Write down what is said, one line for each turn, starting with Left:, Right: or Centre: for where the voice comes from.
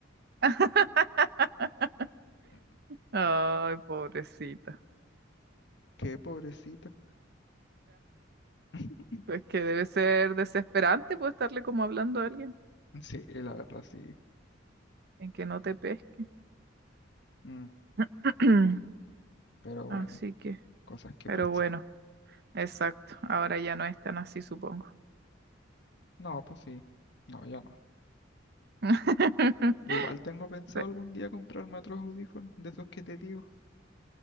Right: <laughs>
Left: Mm,
Right: Ay, pobrecita.
Left: Qué pobrecita. <laughs>
Right: Pues que debe ser desesperante pues estarle como hablando a alguien
Left: Sí, la verdad sí.
Right: en que no te pesque.
Left: Mm,
Right: <clears throat>
Left: pero bueno,
Right: Así que,
Left: cosas que
Right: pero
Left: pasan.
Right: bueno, exacto. Ahora ya no es tan así, supongo.
Left: No, pues sí. No, ya no.
Right: <laughs>
Left: Igual tengo pensado
Right: Ve-
Left: algún día comprarme otros audífonos, de esos que te digo.